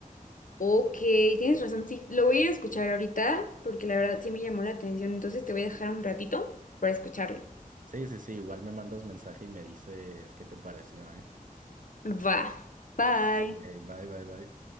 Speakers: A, on the left; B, on the right.
A: Ok, tienes razón, sí. Lo voy a ir a escuchar ahorita porque la verdad sí me llamó la atención, entonces te voy a dejar un ratito para escucharlo.
B: Sí, sí, sí, igual me mandas mensaje y me dices qué te pareció, ¿eh?
A: Va. Bye.
B: Ok, bye, bye, bye.